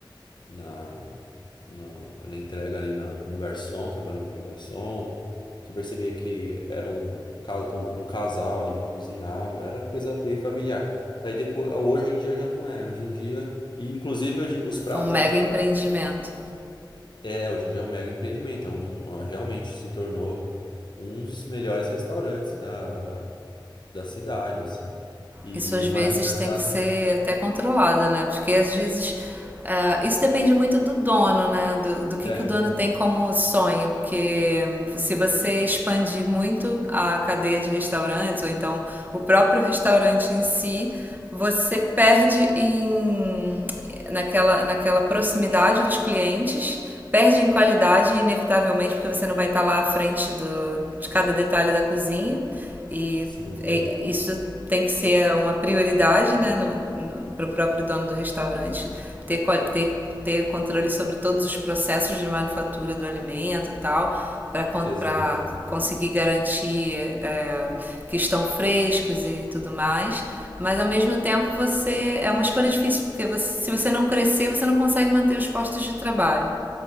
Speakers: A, on the left; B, on the right.
A: na, na, na entrega ali na, como garçom, trabalhando como garçom. Você percebia que era um, ca- um casal ali que cozinhava, era coisa bem familiar. Aí depois, hoje em dia já não é, hoje em dia... E, inclusive, hoje, os pratos
B: É um mega
A: eram fartos.
B: empreendimento.
A: É, hoje em dia é um mega empreendimento, é um, uma- realmente se tornou um dos melhores restaurantes da, da cidade, assim. E
B: isso às
A: o
B: vezes
A: mais engraçado
B: tem que ser até controlado, né? Porque às vezes uh, isso depende muito do dono, né? Do, do que,
A: é,
B: que o dono tem como sonho. Porque se você expandir muito a cadeia de restaurantes, ou então o próprio restaurante em si, você perde em, naquela, naquela proximidade dos clientes perde em qualidade, inevitavelmente, porque você não vai estar lá à frente do, de cada detalhe da cozinha. E
A: sim,
B: é, isso tem que ser uma prioridade né, para o próprio dono do restaurante ter, ter, ter controle sobre todos os processos de manufatura do alimento e tal, para
A: exato,
B: conseguir garantir é, que estão frescos e tudo mais. Mas ao mesmo tempo você é uma escolha difícil, porque você, se você não crescer, você não consegue manter os postos de trabalho